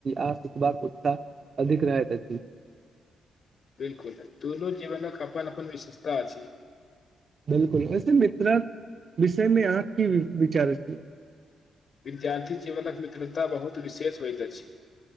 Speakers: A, on the right; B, on the left.
A: आ सिखबाक उत्साह अधिक रहैत अछि।
B: बिल्कुल दुनु जीवनक अप्पन अप्पन विशेष ताजी
A: बिलकुल वैसे मित्रक विषय मे अहाँ की विचार अछि।
B: विद्यार्थी जीवनक मित्रता बहुत विशेष होइत अछि।